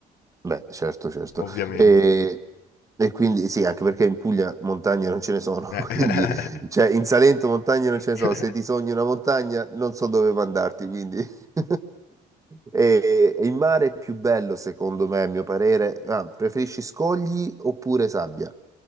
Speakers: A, on the right (about 20°); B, on the left (about 70°).
A: Beh, certo, certo.
B: ovviamente.
A: E, e quindi sì, anche perché in Puglia montagne non ce ne sono,
B: Eh.
A: <laughs> quindi cioè in Salento montagne non ce ne
B: <laughs>
A: sono, se ti sogni una montagna non so dove mandarti, quindi <laughs> e, e il mare è più bello secondo me, a mio parere. Ah, preferisci scogli oppure sabbia?